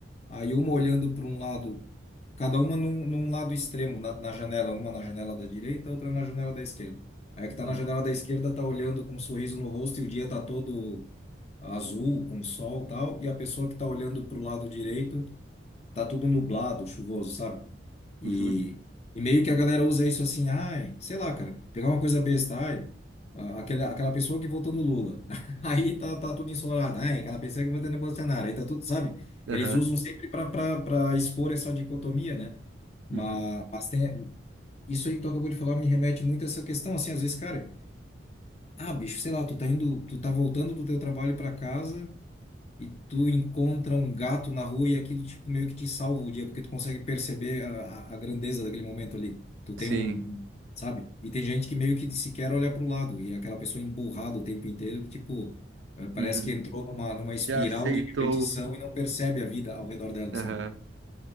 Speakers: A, on the left; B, on the right.
A: aí uma olhando para um lado, cada uma num, num lado extremo na, na janela, uma na janela da direita, outra na janela da esquerda. Aí a que tá
B: Uhum.
A: na janela da esquerda tá olhando com um sorriso no rosto e o dia tá todo azul, com sol e tal, e a pessoa que tá olhando para o lado direito tá tudo nublado, chuvoso, sabe? E,
B: Uhum.
A: e meio que a galera usa isso assim, ai, sei lá, cara, pegar uma coisa besta, ai, a- aquele, aquela pessoa que votou no Lula, <laughs> aí tá, tá tudo ensolarado, ai, aquela pessoa que votou no Bolsonaro, aí tá tudo, sabe?
B: Aham.
A: Eles usam sempre para expor essa dicotomia, né? Mas,
B: Uhum.
A: mas tem, isso aí que tu acabou de falar me remete muito a essa questão, assim, às vezes, cara, ah, bicho, sei lá, tu tá indo, tu tá voltando do teu trabalho para casa e tu encontra um gato na rua e aquilo tipo meio que te salva o dia, porque tu consegue perceber a, a a grandeza daquele momento ali. Tu tem
B: Sim.
A: um, um- sabe? E tem gente que meio que sequer olha pro lado e é aquela pessoa emburrada o tempo inteiro que tipo eh, parece
B: Uhum.
A: que entrou numa numa espiral
B: Já aceitou.
A: de repetição e não percebe a vida ao redor dela,
B: Aham.
A: sabe?